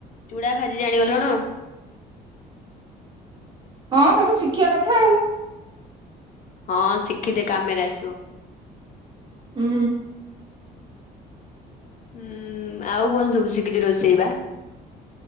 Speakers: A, on the left (about 50°); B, on the right (about 25°).
A: ଚୁଡା ଭାଜି ଜାଣିଗଲୁଣୁ।
B: ହଁ ସବୁ ଶିଖିବା କଥା ଆଉ।
A: ହଁ ଶିଖିଦେ କାମରେ ଆସିବ।
B: ହୁଁ।
A: ହୁଁ ଆଉ କଣ ସବୁ ଶିଖିଛୁ ରୋଷେଇବା?